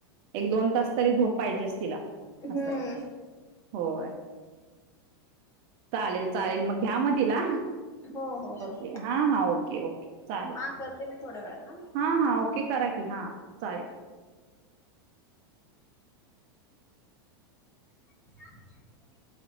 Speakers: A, on the right; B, on the left.
A: एक, दोन, तास तरी झोप पाहिजेच तिला
B: हम्म
A: असंय होय. चालेल, चालेल मग घ्या मंग तिला.
B: हो, हो,
A: ओके
B: हं.
A: हा हा ओके ओके चालेल.
B: हा करते मी थोड्या वेळात हं.
A: हां हा ओके करा की, हा चालेल.
B: <inaudible>